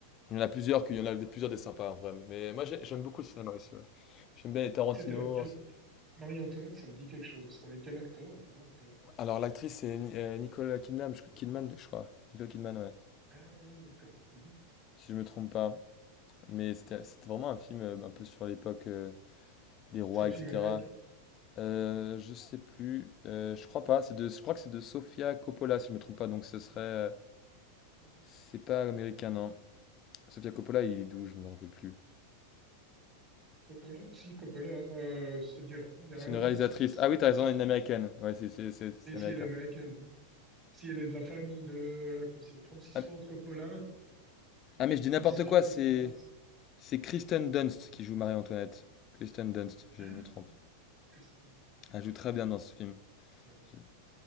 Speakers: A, on the left; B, on the right.
A: Il y en a plusieurs, qu'il y en a des- plusieurs des sympas, en vrai. Mais moi, j'ai- j'aime beaucoup le cinéma aussi. ouais. J'aime bien les Tarantino.
B: C'était avec elle Marie-Antoinette, ça me dit quelque chose. C'était avec quel acteur, d'accord, quelle actrice?
A: Alors, l'actrice, c'est Ni- euh, Nicole Kidman, je... Kidman, je crois. Nicole Kidman, ouais.
B: Ah oui, d'accord. Mhm.
A: Si je me trompe pas. Mais c'était c'était vraiment un film euh, un peu sur l'époque euh, des rois,
B: C'est un film
A: etc.
B: américain?
A: Euh, je sais plus. Euh, je crois pas. C'est de, je crois que c'est de Sofia Coppola, si je me trompe pas. Donc ce serait. euh,
B: Mhm.
A: C'est pas américain, non. Sofia Coppola, il est d'où? Je me rappelle plus.
B: Coppola? Si, Coppola. euh, c'est-à-dire, il y a
A: C'est
B: un
A: une
B: homme
A: réalisatrice.
B: aussi. ça- ça-
A: Ah oui, t'as
B: Francis-
A: raison, elle est une américaine. Ouais, c'est c'est- c'est- c'est
B: Et
A: américain.
B: si elle est américaine, hein. Si elle est de la famille de, comme c'est Francis
A: Ah,
B: Ford Coppola,
A: ah, mais je dis n'importe
B: Francis Ford
A: quoi. C'est
B: Coppola. c'est-
A: c'est Kristen Dunst qui joue Marie-Antoinette. Kristen Dunst, je
B: Ah,
A: me trompe.
B: Kristen Dunst.
A: Elle joue très bien dans ce film.
B: Ok.
A: J'ai-